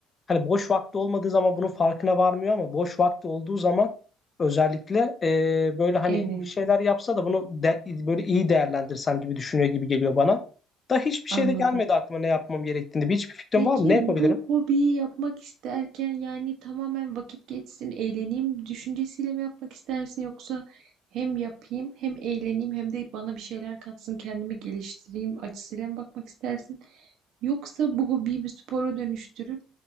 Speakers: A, on the left (about 35°); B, on the right (about 65°).
A: Hani boş vakti olmadığı zaman bunun farkına varmıyor ama boş vakti olduğu zaman özellikle e, böyle hani
B: evet,
A: bir şeyler yapsa da bunu de- böyle iyi değerlendirsem gibi düşünüyor gibi geliyor bana. Da hiçbir şey
B: anladım.
A: de gelmedi aklıma ne yapmam gerektiğini. Bir hiçbir fikrim
B: Peki
A: var mı? Ne
B: bu
A: yapabilirim?
B: hobiyi yapmak isterken yani tamamen vakit geçsin, eğleneyim düşüncesiyle mi yapmak istersin yoksa hem yapayım hem eğleneyim hem de bana bir şeyler katsın, kendimi geliştireyim açısıyla mı bakmak istersin? Yoksa bu hobiyi bir spora dönüştürüp